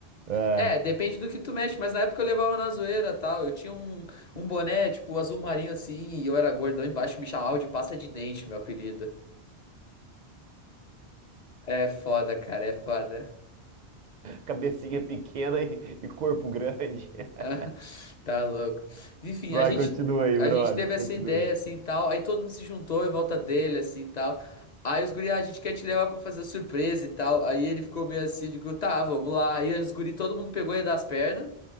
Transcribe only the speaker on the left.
É, depende do que tu mexe, mas na época eu levava na zoeira, tal. Eu tinha um, um boné, tipo, azul marinho assim, e eu era gordão embaixo, me chamavam de pasta de dente, meu apelido. É foda, cara, é foda.
<laughs>
Ah, Tá louco. Enfim,
a gente
a
gente teve essa
ideia assim e tal, aí todo mundo se juntou em volta dele assim e tal. Aí os guri, ah, a gente quer te levar pra fazer surpresa e tal. Aí ele ficou meio assim, eu digo, tá, vamos lá. Aí os guri, todo mundo pegou ele das pernas.